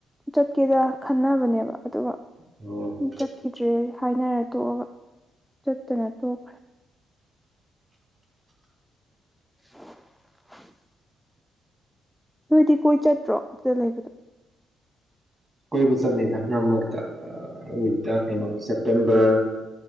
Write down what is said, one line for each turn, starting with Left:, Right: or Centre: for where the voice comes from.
Centre: ꯆꯠꯀꯦꯗ ꯈꯟꯅꯕꯅꯦꯕ ꯑꯗꯨꯒ
Right: ꯑꯣ
Centre: ꯆꯠꯈꯤꯗ꯭ꯔꯦ ꯍꯥꯏꯅꯔ ꯇꯣꯛꯑꯒ ꯆꯠꯇꯅ ꯇꯣꯛꯈ꯭ꯔꯦ <inaudible> ꯅꯣꯏꯗꯤ ꯀꯣꯏ ꯆꯠꯇ꯭ꯔꯣ ꯑꯗꯨꯗ ꯂꯩꯕꯗꯣ
Right: ꯀꯣꯏꯕ ꯆꯠꯂꯦꯗ ꯃꯔꯛ ꯃꯔꯛꯇ ꯑꯥ ꯀꯩꯅꯣ ꯁꯦꯞꯇꯦꯝꯕꯔ